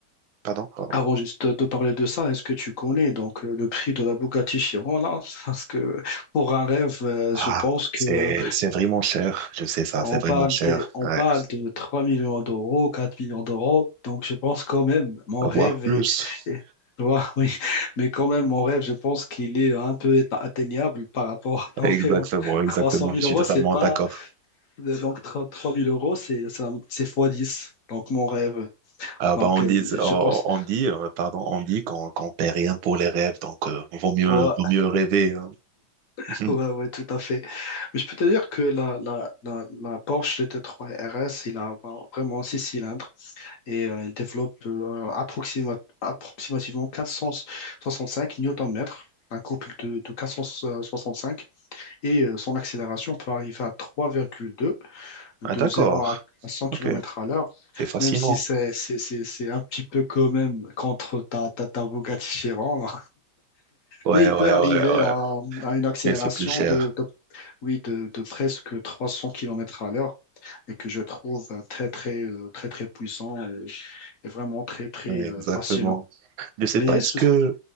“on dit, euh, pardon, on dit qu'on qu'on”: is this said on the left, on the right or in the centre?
Right